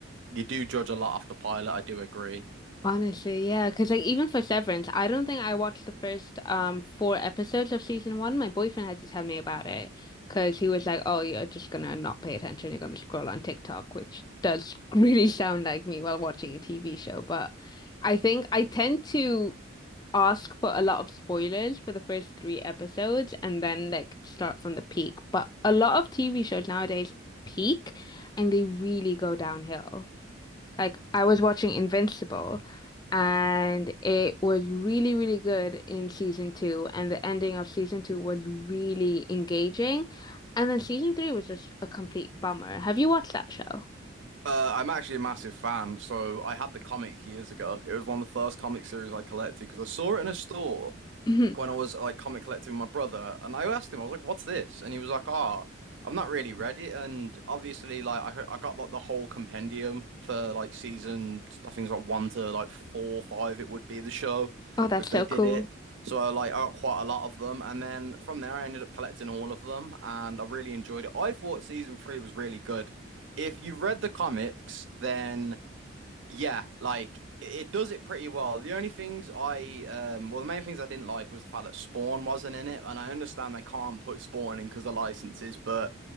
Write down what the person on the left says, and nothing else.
Honestly, yeah, because like even for Severance, I don't think I watched the first um four episodes of season one. My boyfriend had to tell me about it because he was like, "Oh, you're just gonna not pay attention. You're gonna scroll on TikTok," which does <laughs> really sound like me while watching a TV show. But I think I tend to ask for a lot of spoilers for the first three episodes and then like start from the peak. But a lot of TV shows nowadays peak and they really go downhill. Like I was watching Invincible and it was really, really good in season two and the ending of season two was really engaging. And then season three was just a complete bummer. Have you watched that show?
Mhm.
Oh, that's
so
cool.